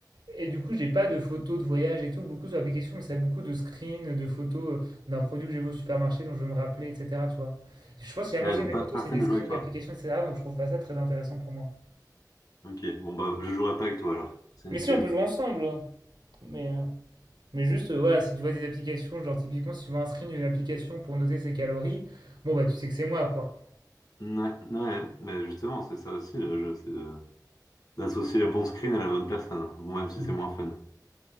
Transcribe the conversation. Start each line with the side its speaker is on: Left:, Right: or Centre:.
Right: et du coup, j'ai pas de photos de voyage et tout, beaucoup sur l'application, mais ça a beaucoup de screens, de photos euh, d'un produit que j'ai vu au supermarché, dont je veux me rappeler, etc., tu vois. Je pense que si la
Left: Ouais,
Right: moitié
Left: donc
Right: de mes
Left: pas,
Right: photos,
Left: pas fun
Right: c'est des
Left: de
Right: screens
Left: jouer avec toi.
Right: d'applications, etc., donc je trouve pas ça très intéressant pour moi.
Left: Ok, bon bah je jouerai pas avec toi alors, c'est
Right: Mais
Left: nickel.
Right: si, on peut jouer ensemble, hein. mais... euh, Mais juste, euh, voilà, si tu vois des applications, genre typiquement, si tu vois un screen d'une application pour noter ses calories, bon, bah, tu sais que c'est moi, quoi.
Left: Ouais, ouais, mais justement, c'est ça aussi le jeu, c'est de- d'associer le bon screen à la bonne personne. Bon, même si
Right: Mm.
Left: c'est moins fun.